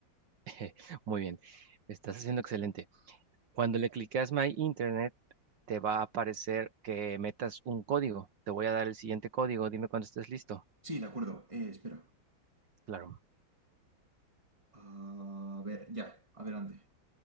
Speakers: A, on the right; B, on the right.
A: <laughs> Muy bien, estás haciendo excelente. Cuando le clicas My Internet, te va a aparecer que metas un código. Te voy a dar el siguiente código. Dime cuando estés listo.
B: Sí, de acuerdo. eh, espera.
A: Claro.
B: A ver, ya. Adelante.